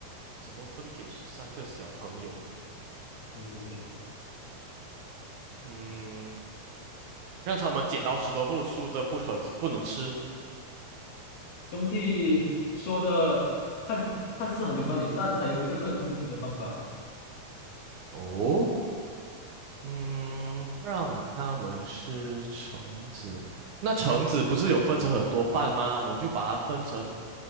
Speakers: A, on the right (about 65°); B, on the left (about 75°).
A: 怎么分给十三个小朋友？
B: 对对对，
A: 嗯，让他们剪刀石头布，输的不肯不能吃。
B: 兄弟说的看看似很有道理，但还有一个更公平的方法，
A: 哦，嗯，让他们吃橙子。那橙子不是有分成很多瓣吗？我们就把它分成